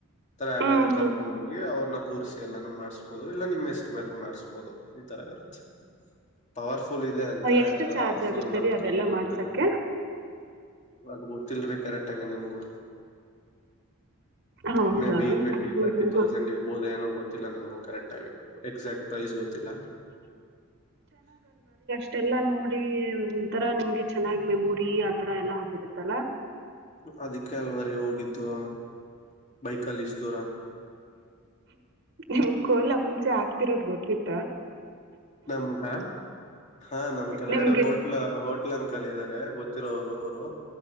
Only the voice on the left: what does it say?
ತಾರನದು
ಕರ್ಕೊಂಡದು. ಅವ್ರನ್ನ ಕೂರ್ಸಿ ಎಲ್ಲಾನು ಮಾಡಸ್ಬಹದು. ಇಲ್ಲ ನಿಮ್ಮ್ ಹೆಸರು ಮೇಲೂ ಮಾಡ್ಸ್ಬೋದು, ಈ ತರ ಇರುತ್ತೆ. ಪವರ್ಫುಲ್ ಇದೆ, ಅಂತ
ಫುಲ್
ನಂಬಿಕೆ
ಇರುತ್ತೆ
ಜನ. ಅದು ಗೊತ್ತಿಲ್ರರಿ, ಕರೆಕ್ಟ್ ಆಗಿ ನನ್ಗು.
ಮೇ ಬಿ
ಟ್ವೆಂಟಿ,
ತರ್ಟಿ
ತೌಸಂಡ್
ಇರ್ಬೋದು ಏನೋ, ಗೊತ್ತಿಲ್ಲ ನಂಗು ಕರೆಕ್ಟ್ ಆಗಿ. ಎಕ್ಸಾಕ್ಟ್ ಪ್ರೈಸ್ ಗೊತ್ತಿಲ್ಲ.
ಅದಕ್ಕೆ, ಅಲ್ವರಿ ಹೋಗಿದ್ದು. ಬೈಕ್ಲ್ಲಿ ಇಷ್ಟ್ದೂರ.
ನಮ್ಗ ಹಾ! ನಮ್ ಕೆಳಗಡೆ
ಹೋಟ್ಲ ಹ. ಅಂಕಲ್ ಇದಾರೆ ಗೊತ್ತಿರೋರು. ಅವರು